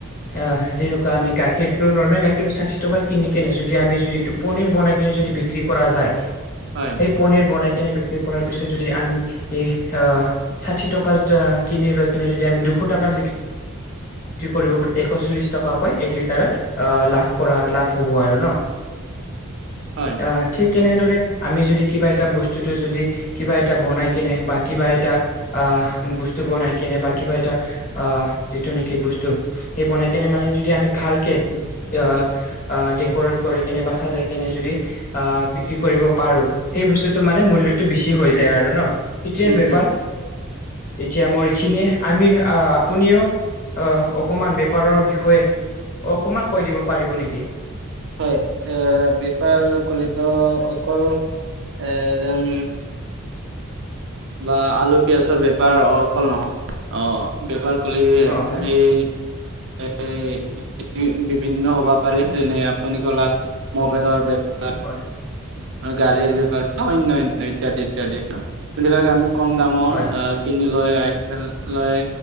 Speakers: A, on the left (about 40°); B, on the right (about 60°).
A: আহ যেনেকুৱা আমি গাখীৰ ত নৰ্মেল গাখীৰটোৰ ষাঠি টকাৰ কিনি কেনে যদি আমি যদি এইটো পনীৰ বনাই কেনে যদি বিক্ৰী কৰা যায়
B: হয়।
A: পনিৰ বনাই কিনে বিক্ৰী কৰাৰ পিছত যদি আমি এই আহ ষাঠি টকা কিনি লৈ কিনে যদি আমি দুশ টকাত বি কি কৰিব এশ চল্লিশ টকাকৈ এক লিটাৰত আহ লাভ কৰা লাভ হ'ব আৰু ন
B: হয়
A: আহ ঠিক তেনেদৰে আমি যদি কিবা এটা বস্তুটো যদি কিবা এটা বনাই কেনে বা কিবা এটা আহ বস্তু বনাই কেনে বা কিবা এটা আহ যিটো নেকি বস্তু সেই বনাই কেনে মানে যদি আমি ভালকে আহ ডেক'ৰেট কৰি কেনে বা চাজাই কেনে যদি আহ বিক্ৰী কৰিব পাৰো সেই বস্তুটো মানে মূল্যতটো বেছি হৈ যায় আৰু ন সটোৱে
B: উম,
A: বেপাৰ
B: হুম।
A: এতিয়া মোৰ এইখিনিয়ে আমি আহ আপুনিও অ', কমান বেপাৰৰ বিষয়ে অকমান কৈ দিব পাৰিব নেকি?
B: হয়, এ বেপাৰ কলিত অকল এ যেন বা আলু পিয়াজৰ বেপাৰ অকল নহয় অ বেপাৰ সকলে
A: অ হয়,
B: এই এই বিভিন্ন হবা পাৰে যেনে আপুনি কলাক মবাইলৰ বাৰ
A: হয়।
B: গাড়ীৰ বেপাৰ বা অন্য অন্য ইত্যাদি ইত্যাদি যোনবিলাকে আমি কম দামত
A: হয়,
B: কিনি লৈ আহিফ লয়